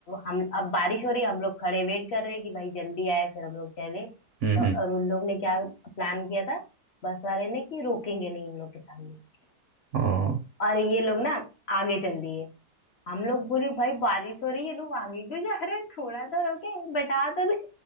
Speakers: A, on the left; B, on the right.
A: हम अब बारिश हो रही है, हम लोग खड़े वेट कर रहे हैं कि भाई जल्दी आए फिर हम लोग चले
B: हम्म
A: तो
B: हम्म।
A: और उन लोग ने क्या प्लान किया था बस वाले ने कि रोकेंगे नहीं इन लोग के सामने
B: हाँ
A: और ये लोग ना आगे चल दिए हम लोग बोले भाई बारिश हो रही है लोग आगे क्यों जा रहे हैं थोड़ा तो रोके बैठा तो ले